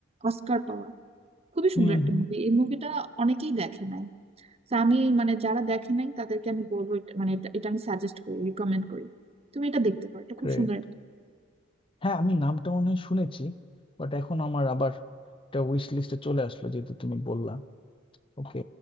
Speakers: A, on the right; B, on the left.
A: অস্কার পাওয়া খুবই
B: হুম
A: সুন্দর একটা
B: হুম
A: মুভি এই মুভিটা অনেকেই দেখে নাই তো আমি মানে যারা দেখে নাই তাদেরকে আমি বলবো এটা- মানে এটা এটা আমি সাজেস্ট করি রিকমেন্ড করি তুমি এটা দেখতে পারো এটা খুব
B: গ্রেট
A: সুন্দর
B: হ্যাঁ আমি নামটা মনে হয় শুনেছি বাট এখন আমার আবার একটা উইশ লিস্টে চলে আসলো যেহেতু তুমি বললা ওকে